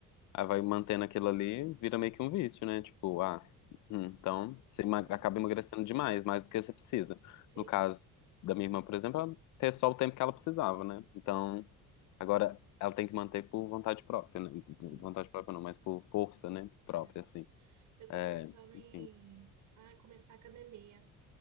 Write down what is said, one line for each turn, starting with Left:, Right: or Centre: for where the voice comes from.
Left: aí vai mantendo aquilo ali, vira meio que um vício, né? Tipo, ah, hum, então você ema-
Right: Uhum,
Left: acaba emagrecendo demais, mais do que você precisa.
Right: Sim.
Left: No caso da minha irmã, por exemplo, ela fez só o tempo que ela precisava, né? Então. Agora, ela tem que manter por vontade própria, né?
Right: Sim.
Left: Por Vontade própria não, mas por força, né? Própria,
Right: É.
Left: assim.
Right: Eu
Left: É,
Right: tô pensando em,
Left: enfim.
Right: ah, começar a academia.